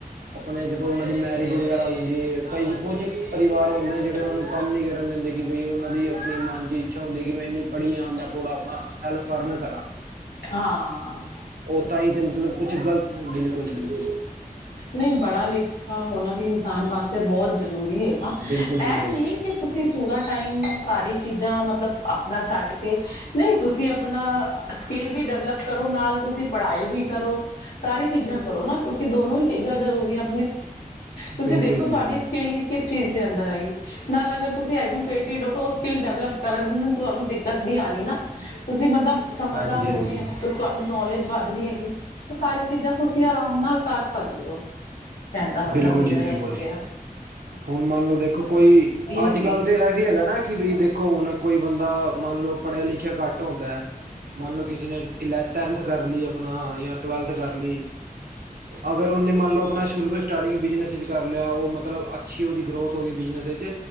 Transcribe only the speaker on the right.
ਆਪਣੇ ਜਦੋਂ ਉਨਾਂ ਦੀ ਮੈਰਿਜ ਵਗੈਰਾ ਹੋ ਜਾਂਦੀ ਐ ਕਈ ਕੁਝ ਪਰਿਵਾਰ ਹੁੰਦੇ ਨੇ ਜੇੜੇ ਉਨਾਂ ਨੂੰ ਕੰਮ ਨੀ ਕਰਨ ਦਿੰਦੇ ਕਿ ਬਈ ਉਨਾਂ ਦੀ ਆਪਣੇ ਮਨ ਚ ਇੱਛਾ ਹੁੰਦੀ ਐ ਕਿ ਮੈਂ ਇੰਨੀ ਪੜ੍ਹੀ ਆਂ ਮੈਂ ਥੋੜ੍ਹਾ ਆਪਣਾ ਸੈਲਫ ਅਰਨ ਕਰਾਂ।
ਓ ਤਾਂ ਈ ਤੇ ਮਤਲਬ ਕੁਛ ਗ਼ਲਤ ਬਿਲਕੁਲ ਬਿਲਕੁਲ
ਬਿਲਕੁਲ ਬਿਲਕੁਲ
ਬਿਲਕੁਲ
ਬਿਲਕੁਲ
ਹਾਂਜੀ
ਹਾਂਜੀ
ਬਿਲਕੁਲ
ਜੀ ਬਿਲਕੁਲ
ਹੁਣ ਮੰਨ ਲਓ ਦੇਖੋ ਕੋਈ ਅੱਜ
ਕੱਲ ਤੇ ਇਹ ਵੀ ਹੈਗਾ ਨਾ ਕਿ ਬਈ ਦੇਖ ਖੋ ਹੁਣ ਕੋਈ ਬੰਦਾ ਮੰਨ ਲਓ ਪੜ੍ਹਿਆ ਲਿਖਿਆ ਘੱਟ ਹੁੰਦਾ ਐ ਮੰਨ ਲਓ ਕਿਸੇ ਨੇ ਟੈਨਥ ਕਰ ਲਈ ਆਪਣਾ ਜਾਂ ਟਵੈਲਥ ਕਰ ਲਈ ਅਗਰ ਉਹਨੇ ਮੰਨ ਲਓ ਆਪਣਾ ਸ਼ੁਰੂ ਤੋਂ ਸਟਾਰਟਿੰਗ ਬਿਜਨਸ ਵਿੱਚ ਕਰ ਲਿਆ ਉਹ ਮਤਲਬ ਅੱਛੀ ਓਦੀ ਗਰੋਥ ਹੋ ਗਈ ਬਿਜਨਸ ਵਿੱਚ